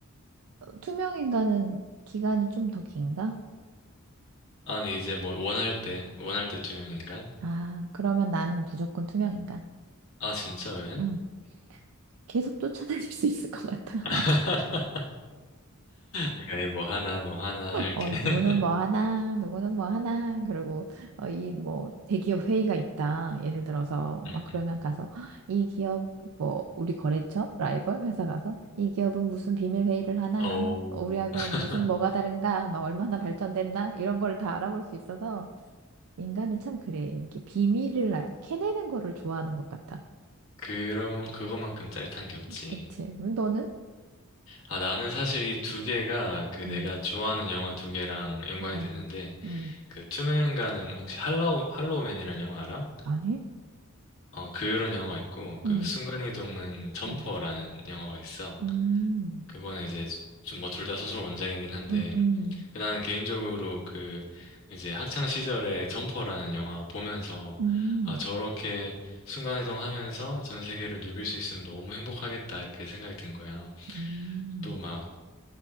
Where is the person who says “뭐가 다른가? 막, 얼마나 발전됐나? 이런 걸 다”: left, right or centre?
Right